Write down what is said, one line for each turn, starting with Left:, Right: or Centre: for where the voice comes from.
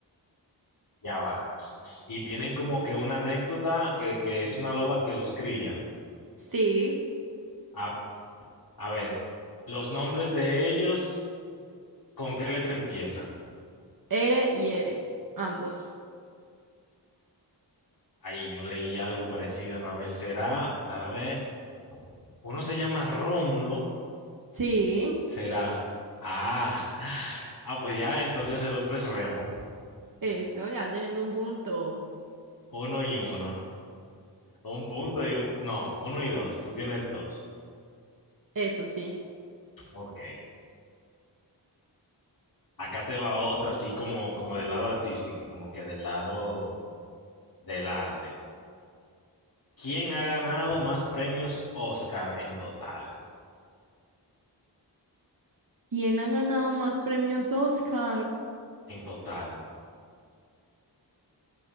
Left: Ya va. Y tienen como que una anécdota que, que es una loba que los cría.
Right: Sí,
Left: A, a ver, los nombres de ellos, ¿con qué letra empiezan?
Right: Ere y Ere, ambos.
Left: Ay, yo leí algo parecido una vez. Será, a ver, uno se llama Rómulo,
Right: Sí,
Left: será. Ah, <laughs> ah, pues ya, entonces el otro es Remo.
Right: eso, ya tenés un punto.
Left: Uno y uno. Un punto y un. No, uno y dos. Tú tienes dos.
Right: Eso sí.
Left: Ok. Acá te va otra, así como, como del lado artístico, como que del lado del arte. ¿Quién ha ganado más premios Oscar en total?
Right: ¿Quién ha ganado más premios Oscar?
Left: En total.